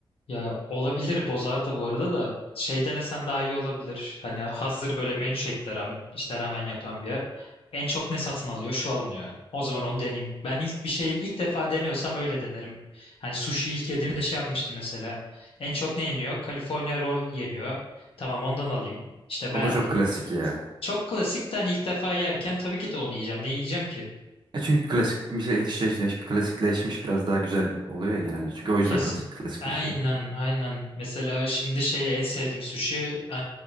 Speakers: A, on the left; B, on the right.
A: Ya olabilir bozar da bu arada da şey denesen daha iyi olabilir. Hani hazır böyle menü şeklinde ram- işte ramen yapan bir yer. En çok ne satın alıyor? Şu alınıyor. O zaman onu deneyeyim. Ben ilk bir şeyi ilk defa deniyorsam öyle denerim. Hani sushi ilk yediğimde şey yapmıştım mesela. En çok ne yeniyor? California roll yeniyor. Tamam ondan alayım. İşte
B: O
A: beğendim.
B: da çok klasik ya.
A: Çok klasik de hani ilk defa yerken tabii ki de onu yiyeceğim. Ne yiyeceğim ki?
B: E çünkü klasik bir şey klasikleşmiş, klasikleşmiş biraz daha güzel oluyor ya genelde. Çünkü o yüzden
A: Kesin.
B: klasik, klasikleşiyor.
A: Aynen, aynen. Mesela şimdi şeye en sevdiğim sushi, e,